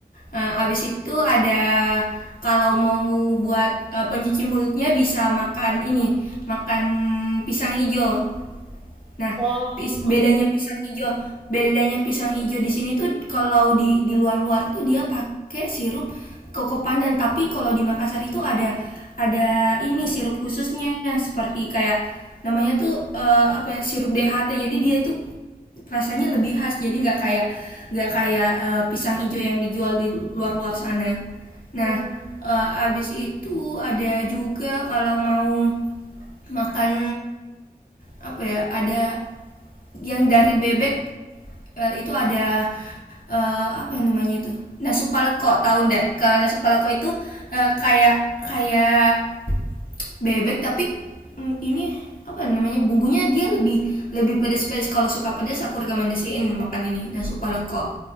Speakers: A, on the left; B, on the right.
A: Nah, abis itu ada kalau mau buat eh, pencuci mulutnya bisa makan ini, makan pisang ijo. Nah,
B: Oh,
A: pis- bedanya
B: oh,
A: pisang ijo, bedanya pisang ijo di sini tuh kalau di di luar-luar tuh dia pakai sirup koko pandan, tapi kalau di Makassar itu ada ada ini sirup khususnya seperti kayak namanya tuh eh, apa ya, sirup DHT. Jadi dia itu rasanya lebih khas jadi nggak kayak nggak kayak eh, pisang hijau yang dijual di luar-luar sana nah
B: oh,
A: eh, abis itu ada juga kalau mau makan apa ya ada yang dari bebek eh, itu ada eh, apa namanya itu nasu paleko tahu ndak kalau nasu paleko itu eh, kayak kayak bebek tapi mm, ini apa namanya bumbunya dia lebih lebih pedas-pedas kalau suka pedas aku rekomendasiin makan ini nah sup paleko